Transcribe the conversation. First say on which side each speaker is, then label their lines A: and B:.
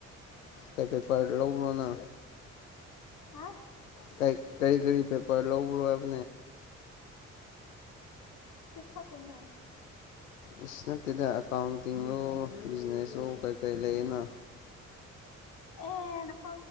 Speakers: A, on the left; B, on the left.
A: ꯀꯩ ꯄꯦꯄꯔ ꯂꯧꯕ꯭ꯔꯣꯅ
B: ꯍꯥ
A: ꯀ ꯀꯔꯤ ꯀꯔꯤ ꯄꯦꯄꯔ ꯂꯧꯧꯕꯣ ꯌꯥꯝ
B: ꯁꯤꯤꯈꯛꯅ
A: ꯑ ꯅꯠꯇꯦꯗ ꯑꯦꯀꯥꯎꯟꯇꯤꯡꯔꯣ ꯕꯤꯖꯤꯅꯦꯁꯂꯣ ꯀꯩꯀꯔꯤ ꯂꯩꯌꯦꯅ
B: ꯍ ꯅꯈꯣ